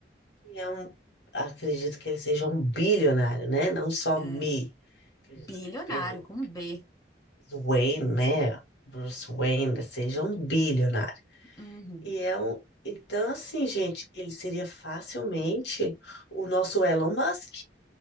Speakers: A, on the left (about 80°); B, on the left (about 20°).
A: que é um, acredito que ele seja um bilionário, né? Não só
B: É,
A: me, acredito
B: bilionário,
A: que pelo
B: com B.
A: Wayne, né? Bruce Wayne, seja um bilionário.
B: Uhum.
A: E é um... Então, assim, gente, ele seria facilmente o nosso Elon Musk.